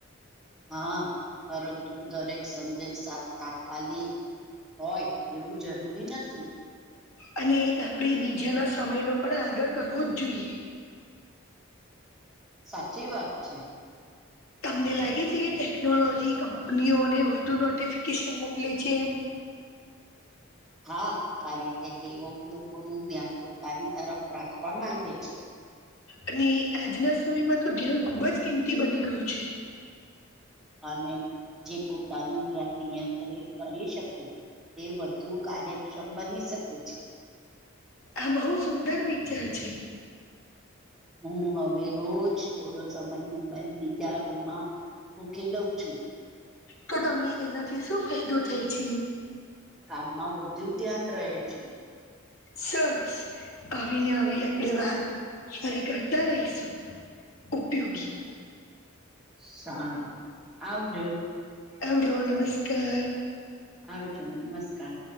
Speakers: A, in the centre; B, on the left.
A: હા પરંતુ દરેક સંદેશા તાત્કાલિક હોય. એવું જરૂરી નથી.
B: અને આપણેે બીજાના સમયનો પણ આદર કરવો જ જોઈએ.
A: સાચી વાત છે.
B: તમને લાગે છે કે ટેકનોલોજી કંપનીઓને વધુ નોટિફિકેશન મોકલે છે એમ?
A: હા કારણ કે તેઓ લોકોનું ધ્યાન પોતાની તરફ રાખવા માંગે છે.
B: અને આજના સમયમાં તો ધ્યાન ખુબ જ કિંમતી બની ગયું છે.
A: અને જે પોતાનું ધ્યાન નિયંત્રિત કરી શકે, એ વધુ કાર્ય ક્ષમ બની શકે છે.
B: આ બહુ સુંદર વિચાર છે.
A: હું હવે રોજ થોડો સમય મોબાઈલ બીજા રૂમમાં મૂકી દઉં છું.
B: તો તમને એનાથી શું ફાયદો થય છે?
A: કામમાં વધુ ધ્યાન રહે છે.
B: સરસ. આવીને આવી આપણેે વાત ફરી કરતા રહીશું. ઉપયોગી
A: સારું. આવજો.
B: આવજો. નમસ્કાર
A: આવજો. નમસ્કાર